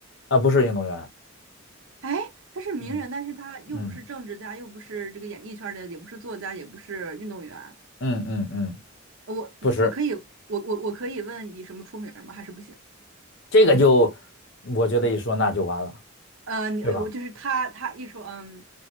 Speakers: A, on the left; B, on the right.
A: 啊，不是运动员。
B: 哎，他是名人，
A: 嗯
B: 但是他又不是政治家，
A: 嗯
B: 又不是这个演艺圈儿的，也不是作家，也不是运动员。
A: 嗯嗯嗯，
B: 呃我我可以，
A: 不是
B: 我我我可以问以什么出名儿吗？还是不行？
A: 这个就，我觉得一说那就完了，
B: 呃，你我就是他，
A: 对吧？
B: 他一说，嗯，